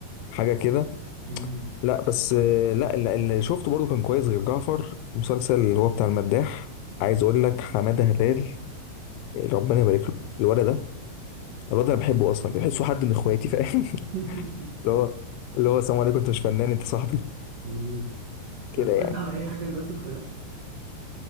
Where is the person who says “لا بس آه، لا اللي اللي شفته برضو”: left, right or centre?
Left